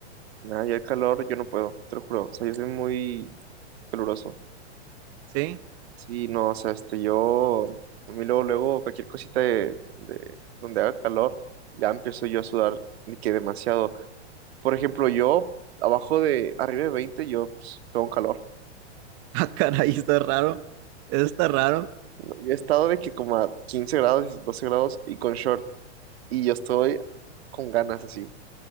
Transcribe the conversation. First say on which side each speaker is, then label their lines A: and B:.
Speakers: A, on the right (about 60°); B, on the right (about 35°).
A: Nada, yo el calor, yo no puedo, te lo juro. O sea, yo soy muy caluroso.
B: ¿Sí? <laughs>
A: Sí, no, o sea, este, yo, a mí luego, luego, cualquier cosita de, de donde haga calor, ya empiezo yo a sudar de que demasiado. Por ejemplo, yo, abajo de, arriba de 20 yo pues, tengo un calor.
B: Ah, caray, está raro. Eso está raro.
A: Yo he estado de que como a 15 grados, 12 grados y con short. Y yo estoy
B: No.
A: con ganas así.